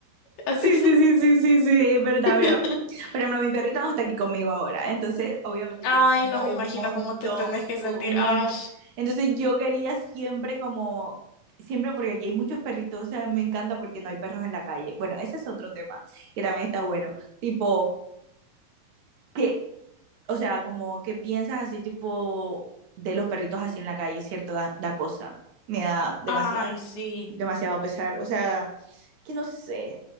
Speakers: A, on the left; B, on the right.
A: así,
B: Sí, sí, sí, sí, sí, sí, es verdad,
A: <laughs>
B: mira. Por ejemplo, mi perrita no está aquí conmigo ahora, entonces obviamente
A: ay,
B: yo la extraño
A: no me
B: un
A: imagino
B: montón,
A: cómo te tenés que
B: u-
A: sentir,
B: un montón.
A: ay,
B: Entonces yo quería siempre como, siempre porque aquí hay muchos perritos, o sea, me encanta porque no hay perros en la calle. Bueno, ese es otro tema que también está bueno, tipo, que, o sea, como que piensas así tipo de los perritos así en la calle, ¿cierto? Da, da cosa, me da demasiado,
A: ay, sí,
B: demasiado pesar, o sea, es que no sé,